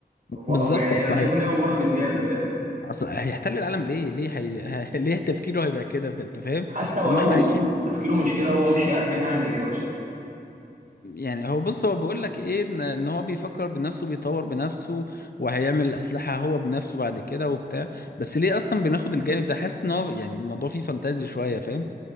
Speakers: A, on the right (about 50°); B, on the left (about 60°).
A: أف-
B: بالظبط
A: أف- يعني
B: اصل
A: انا
B: هي
A: شايف ان هي افوره بزياده فاهم
B: اصل هيحتل العالم ليه ليه هي... <laughs> ليه تفكيره هيبقى كده انت فاهم
A: حتى ولو
B: طب ما احنا عايشين
A: تفكيره مش كده هو مش هيعرف يعمل حاجه زي كده اصلا
B: يعني هو بص هو بيقول لك ايه ان إن هو بيفكر بنفسه بيطور بنفسه وهيعمل اسلحه هو بنفسه بعد كده وبتاع بس ليه اصلا بناخد الجانب ده حاسس ان هو يعني الموضوع فيه فانتازي شويه فاهم